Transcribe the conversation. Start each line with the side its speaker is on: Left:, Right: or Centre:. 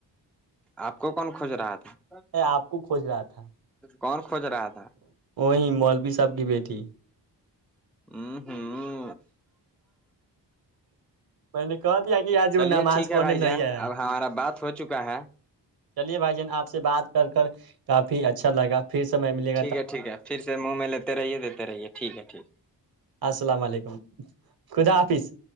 Centre: آپ کو کون کھوج رہا تھا
Right: میں آپ کو کھوج رہا تھا
Centre: کون کھوج رہا تھا
Right: وہی مولوی صاحب کی بیٹی
Centre: ہوں ہوں
Right: میں نے کہا دیا کہ آج
Centre: چلیے
Right: وہ نماز
Centre: ٹھیک ہے
Right: پنے
Centre: بھائی
Right: نہیں
Centre: جان
Right: آیا ہے
Centre: اب ہمارا بات ہو چکا ہے
Right: چلیے بھائی جان آپ سے بات کر کر کافی اچھا لگا پھر سمے ملے گ
Centre: ٹھیک ہے ٹھیک ہے پھر سے منہ میں لیتے رہیے دیتے رہیے ٹھیک ہے ٹھیک ہے
Right: السلام علیکم خدا حافظ